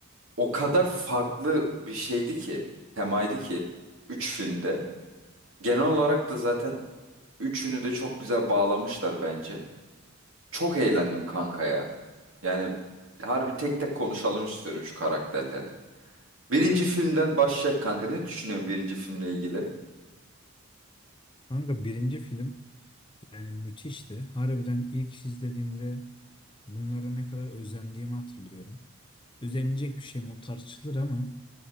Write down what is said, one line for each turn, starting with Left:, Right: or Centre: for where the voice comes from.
Right: o kadar farklı bir şeydi ki, temaydı ki 3 filmde. Genel olarak da zaten üçünü de çok güzel bağlamışlar bence. Çok eğlendim kanka ya. Yani harbi tek tek konuşalım istiyorum şu karakterleri. Birinci filmden başlayacak kanka. Ne düşünüyorsun birinci filmle ilgili?
Left: Kanka birinci film yani müthişti. Harbiden ilk izlediğimde Bunlara ne kadar özendiğimi hatırlıyorum. Özenilecek bir şey mi? O tartışılır ama